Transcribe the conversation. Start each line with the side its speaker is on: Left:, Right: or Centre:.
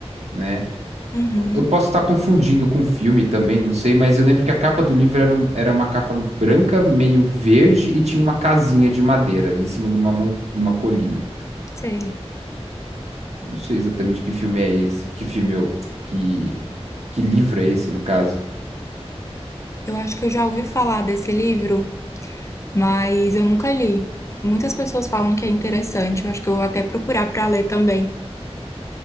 Right: né?
Left: Uhum,
Right: Eu eu posso estar confundindo com o filme também, não sei, mas eu lembro que a capa do livro era, um- era uma capa branca, meio verde, e tinha uma casinha de madeira em cima de uma, mon- de uma colina.
Left: sei.
Right: Não sei exatamente que filme é esse, que filme eu, que, que livro é esse, no caso.
Left: Eu acho que eu já ouvi falar desse livro, mas eu nunca li. Muitas pessoas falam que é interessante, eu acho que eu vou até procurar para ler também.